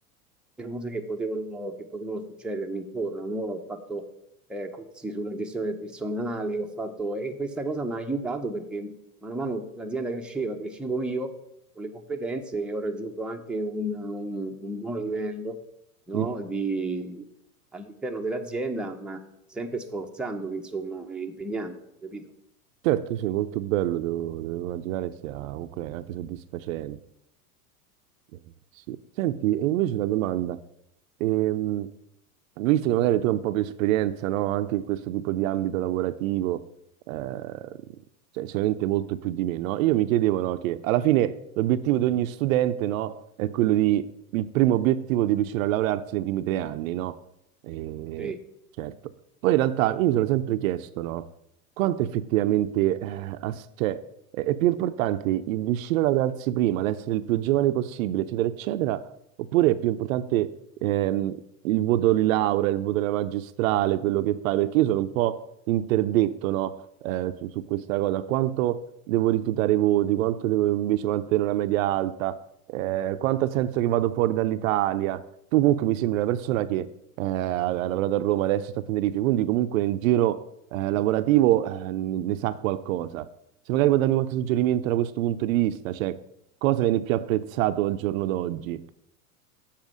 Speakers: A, in the centre; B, on the right.
A: cose che potevano, che potevano succedermi intorno, no? Ho fatto eh, corsi sulla gestione del personale, ho fatto, e questa cosa mi ha aiutato perché mano a mano l'azienda cresceva, crescevo io con le competenze e ho raggiunto anche un, un- un buon livello, no?
B: mhm.
A: di- all'interno dell'azienda, ma sempre sforzandomi, insomma, e impegnando, capito?
B: Certo, sì, molto bello, devo, devo immaginare sia comunque anche soddisfacente. Eh, sì. Senti, e invece una domanda, Ehm, visto che magari tu hai un po' più esperienza, no, anche in questo tipo di ambito lavorativo, ehm, cioè sicuramente molto più di me, no? Io mi chiedevo, no, che alla fine l'obiettivo di ogni studente, no, è quello di, il primo obiettivo di riuscire a laurearsi nei primi tre anni, no? Eh,
A: Sì.
B: certo. Poi in realtà io mi sono sempre chiesto, no? quanto effettivamente eh, as- cioè, è, è più importante il riuscire a laurearsi prima, l'essere il più giovane possibile, eccetera, eccetera, oppure è più importante ehm, il voto di laurea, il voto della magistrale, quello che fai? Perché io sono un po' interdetto, no, eh, su, su questa cosa. Quanto devo rifiutare i voti, quanto devo invece mantenere una media alta, eh, quanto ha senso che vado fuori dall'Italia? tu comunque mi sembri una persona che eh, ha ha lavorato a Roma, adesso sta a Tenerife, quindi comunque nel giro eh, lavorativo eh, ne sa qualcosa. Se magari puoi darmi qualche suggerimento da questo punto di vista, cioè cosa viene più apprezzato al giorno d'oggi?